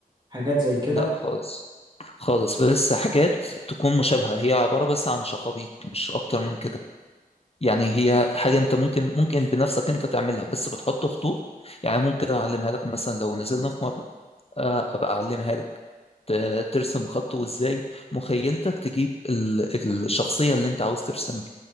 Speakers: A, on the right; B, on the left.
A: حاجات زي كده
B: لا خالص خالص بس حاجات تكون مشابهة هي عبارة بس عن شخابيط مش أكتر من كده يعني هي حاجة أنت ممكن ممكن بنفسك أنت تعملها بس بتحط خطوط يعني ممكن أعلمها لك مثلا لو نزلنا في مرة آه، أبقى أعلمها لك ت- ترسم خط وإزاي مخيلتك تجيب ال- الشخصية اللي أنت عاوز ترسمها